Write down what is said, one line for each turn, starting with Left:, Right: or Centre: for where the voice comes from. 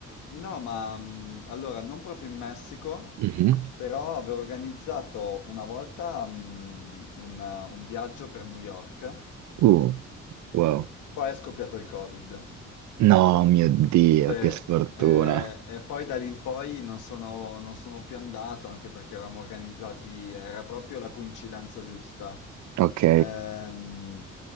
Left: No, ma mh, allora non proprio in Messico,
Right: Mhm.
Left: però avevo organizzato una volta mh, un un viaggio per New York,
Right: Uh, wow.
Left: poi è scoppiato il Covid.
Right: No, mio Dio,
Left: Sì, eh,
Right: che sfortuna.
Left: e poi da lì in poi non sono, non sono più andato, anche perché eravamo organizzati, era proprio la coincidenza giusta.
Right: Ok,
Left: Ehm,